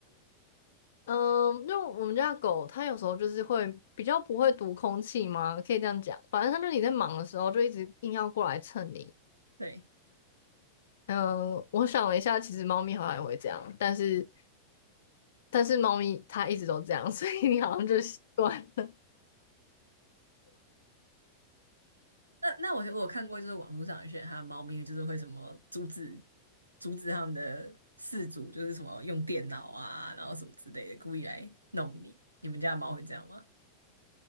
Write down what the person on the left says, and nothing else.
嗯，因为我们家的狗它有时候就是会比较不会读空气嘛，可以这样讲。反正它就你在忙的时候就一直硬要过来蹭你。
嗯，我想了一下，其实猫咪好像也会这样，但是但是猫咪它一直都这样，所以你好像就习惯了。